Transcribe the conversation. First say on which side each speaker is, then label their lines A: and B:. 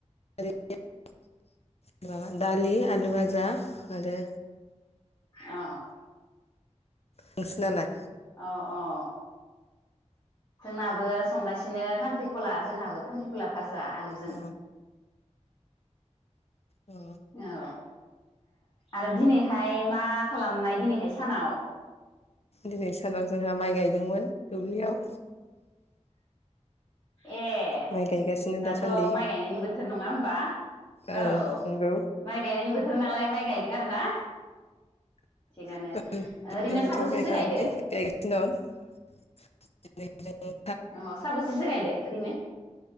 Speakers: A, on the left; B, on the left.
A: ओरै <unintelligible> माबा दालि आलु भाजा आरो
B: अ।
A: नोंसोना लाय?
B: अ अ। जोंनाबो संगासिनो खांख्रिखला जोंहाबो खांख्रिखला भाजि। जा आलुजों
A: अ अ
B: औ आरो दिनैहाय मा खालामनाय दिनैहाय। सानाव।
A: दिनै सानाव जोंहा माइ गायदोंमोन दुब्लियाव।
B: ए
A: माइ गायगासिनो
B: दाथ'
A: दासान्दि
B: माइ गायनायनि बोथोर नङा होमबा
A: ओं
B: औ
A: नंगौ
B: माइ गायनायनि बोथ बोथोर नालाय माइ गायदों आरो ना?
A: <unintelligible>
B: थिगानो ओरैनो
A: गायगासिनो
B: साबोसेसो गायदो
A: दं। <unintelligible>
B: अ साबसेसो गायदो ओरैनो?